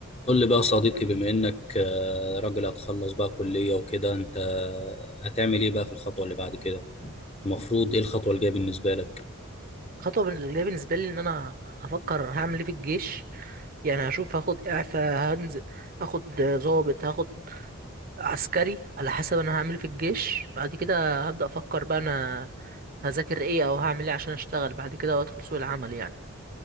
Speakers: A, on the left (about 30°); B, on the right (about 45°).
A: قول لي بقى يا صديقي بما انك آه، راجل هتخلص بقى كلية وكده انت هتعمل ايه بقى في الخطوة اللي بعد كده المفروض ايه الخطوة الجاية بالنسبة لك
B: خطوة اللي بالنسبة لي إن أنا هفكر هعمل إيه في الجيش يعني هشوف هاخد إعفاء هنزل هاخد ضابط هاخد عسكري على حسب أنا هعمل إيه في الجيش بعد كده هبدأ أفكر بقى أنا هذاكر إيه أو هعمل إيه عشان أشتغل بعد كده وأدخل سوق العمل يعني